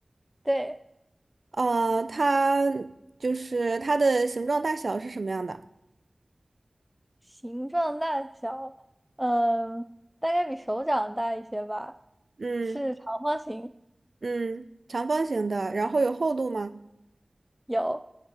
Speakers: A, in the centre; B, on the right.
A: 对，
B: 呃，它就是它的形状大小是什么样的？
A: 形状大小，嗯，大概比手掌大一些吧，
B: 嗯
A: 是长方形，
B: 嗯，长方形的，然后有厚度吗？
A: 有，